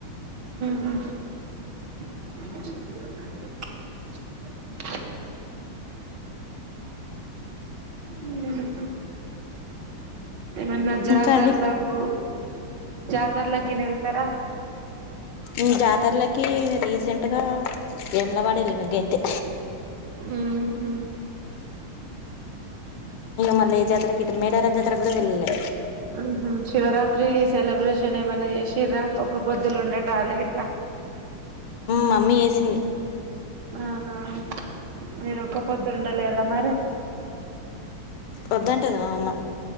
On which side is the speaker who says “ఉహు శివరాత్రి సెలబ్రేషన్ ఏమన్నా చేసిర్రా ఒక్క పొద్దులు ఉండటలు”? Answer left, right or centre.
Right